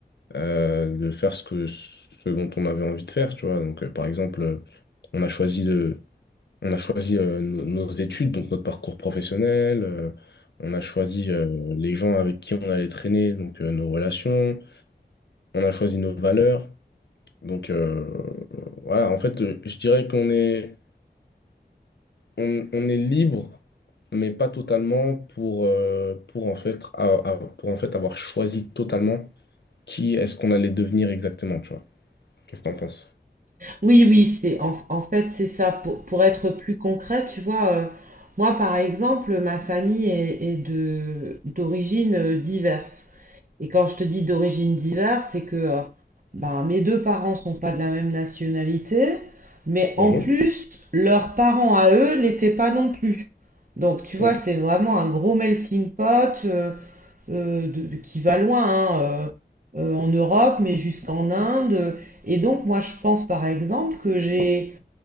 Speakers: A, on the left; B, on the right.
A: euh, de faire ce que, ce dont on avait envie de faire, tu vois. Donc, euh, par exemple, euh, on a choisi de, on a choisi euh, nos, nos études, donc notre parcours professionnel. euh, on a choisi euh, les gens avec qui on allait traîner, donc euh, nos relations. On a choisi nos valeurs. Donc euh, voilà, en fait, euh, je dirais qu'on est, on, on est libre, mais pas totalement pour, euh, pour, en fait, a- a- pour en fait avoir choisi totalement qui est-ce qu'on allait devenir exactement, tu vois. Qu'est-ce que t'en penses?
B: Oui, oui, c'est en, en fait c'est ça. Pour, pour être plus concret, tu vois, euh, moi par exemple, ma famille est, est de d'origine euh, diverse. Et quand je te dis d'origine diverse, c'est que euh, ben, mes deux parents sont pas de la même nationalité, mais
A: Mhm,
B: en plus leurs parents à eux l'étaient pas non plus. Donc tu vois,
A: ok.
B: c'est vraiment un gros melting pot. euh, euh, de- qui va loin hein, euh, euh, en Europe, mais jusqu'en Inde. Et donc, moi, je pense par exemple que j'ai